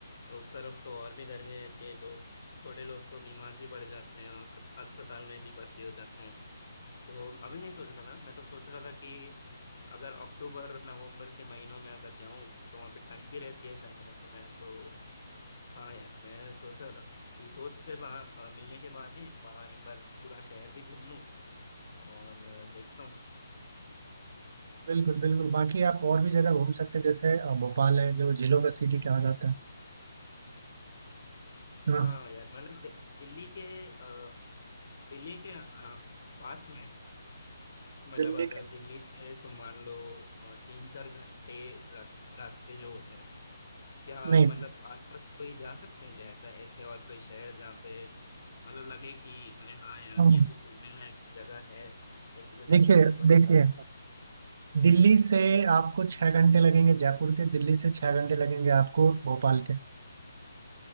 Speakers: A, on the left; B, on the right.
A: उस तरफ तो और भी गर्मी रहती है लोग थोड़े लोग तो बीमार भी पड़ जाते हैं और अस- अस्पताल में भी भर्ती हो जाते हैं तो अभी नहीं सोच रहा था मैं तो सोच रहा था कि अगर अक्टूबर नवंबर के महीनों में अगर जाऊं तो वहाँ पे ठंड भी रहती है शायद मैंने सुना है तो हाँ यार मैं सोच रहा था कि दोस्त से वहाँ अ, मिलने के बहाने वहाँ एक बार पूरा शहर भी घूम लूं और अ, देखता हूँ
B: बिल्कुल बिल्कुल बाकी आप और भी जगह घूम सकते हैं जैसे अ, भोपाल है जो झीलों का सिटी कहा जाता है हाँ
A: हाँ यार मतलब दि- दिल्ली के अ, दिल्ली के अ, पास में मतलब
B: दिल्ली
A: अगर
B: के
A: दिल्ली से तुम मान लो अ, तीन चार घंटे रास, रास्ते जो होते हैं क्या
B: नहीं
A: मतलब आसपास कोई जा सकते हैं क्या ऐसा ऐसे और कोई शहर जहाँ पे मतलब लगे कि अरे हाँ यार
B: हाँ,
A: ये तो घूमने लायक जगह है एक जिंदगी
B: देखिए
A: में एक बार तो
B: देखिए
A: जाना ही
B: दिल्ली से आपको छः घंटे लगेंगे जयपुर के दिल्ली से छः घंटे लगेंगे आपको भोपाल के